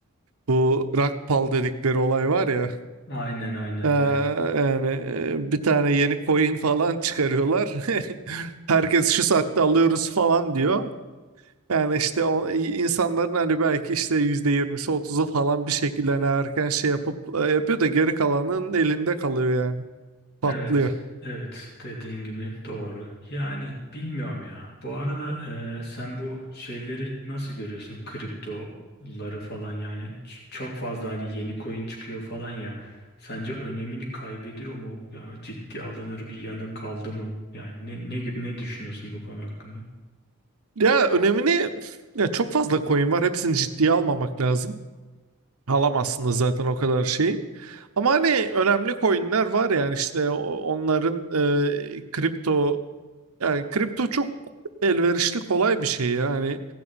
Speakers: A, on the right (about 80°); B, on the left (about 50°).
A: bu rakpal dedikleri olay var ya.
B: Aynen aynen
A: E,
B: yani.
A: yani e, bir tane yeni coin falan çıkarıyorlar. <laughs> Herkes şu saatte alıyoruz falan diyor. Yani işte o insanların hani belki işte yüzde yirmisi otuzu falan bir şekilde hani erken şey yapıp e, yapıyor da geri kalanın elinde kalıyor yani. Patlıyor.
B: Evet evet dediğin gibi doğru. Yani bilmiyorum ya. Bu arada e, sen bu şeyleri nasıl görüyorsun? Kriptoları falan yani Ç- çok fazla hani yeni coin çıkıyor falan ya. Sence önemini kaybediyor mu? Ya ciddiye alınır bir yanı kaldı mı? Yani ne ne ne düşünüyorsun bu konu hakkında?
A: Ya önemini ya çok fazla coin var. Hepsini ciddiye almamak lazım. Alamazsın da zaten o kadar şeyi. Ama hani önemli coinler var yani işte o- onların e, kripto yani kripto çok elverişli kolay bir şey yani